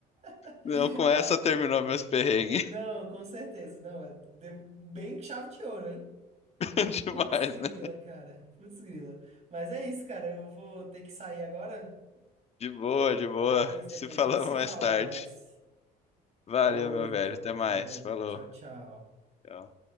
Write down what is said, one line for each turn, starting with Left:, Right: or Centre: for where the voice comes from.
Right: <laughs>
Left: Não, com
Right: Ah,
Left: essa
Right: não.
Left: terminou meus perrengues.
Right: Não, com certeza. Não, é de- bem chave de ouro, hein?
Left: <laughs> Demais,
Right: Putz grila,
Left: né?
Right: cara. Putz grila. Mas é isso, cara. Eu vou ter que sair agora,
Left: De boa, de boa.
Right: mas depois
Left: Se falamos
Right: a gente se
Left: mais
Right: fala
Left: tarde.
Right: mais.
Left: Valeu,
Right: Falou
Left: meu
Right: então.
Left: velho. Até mais.
Right: Falou.
Left: Falou.
Right: Tchau, tchau.
Left: Tchau.